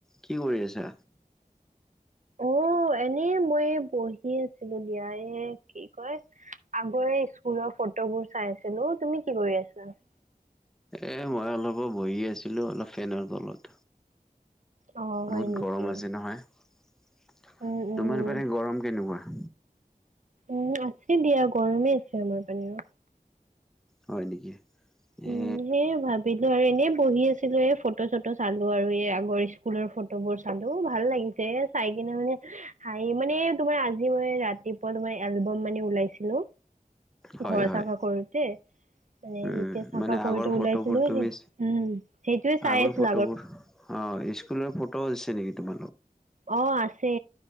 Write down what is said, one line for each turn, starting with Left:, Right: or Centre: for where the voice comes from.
Centre: কি কৰি আছা
Right: অ এনেই মই বহি আছিলো দিয়াই কি কয় আগৰে স্কুলৰ ফটোবোৰ চাইছিলো তুমি কি কৰি আছা <inaudible>
Centre: এ মই অলপো বহি আছিলো অলপ ফেনৰ তলত
Right: অ' হয়
Centre: বহুত
Right: নেকি?
Centre: গৰম আছে নহয়
Right: উম, উম,
Centre: তুমাৰ পাৰে গৰম কেনেকুৱা
Right: উম আছে দিয়া গৰমে আছে আমাৰ পানীওঁ
Centre: হয় নেকি
Right: উম
Centre: এ
Right: সেই ভাবিলো আৰু এনেই বহি আছিলো এ ফটো চটো চাল আৰু আগৰ স্কুলৰ ফটোবোৰ চালো ভাল লাগিছে চাই কিনে মানে এই মানে তোমাৰ আজি মই ৰাতিপুৱা তোমাৰ এলবাম মানে ওলাইছিলো
Centre: হয়
Right: ঘৰ
Centre: হয়।
Right: চাফা কৰোতে মানে
Centre: উম
Right: যেতিয়া চাফা
Centre: মানে
Right: কৰোতে
Centre: আগৰ ফটোবোৰ
Right: ওলাইছিলো
Centre: তুমি
Right: সেই উম সেইটোয়ে চাই
Centre: আগৰ
Right: আছিলো
Centre: ফটোবোৰ অ স্কুলৰ ফ টছ আছে তুমাৰ
Right: অ আছে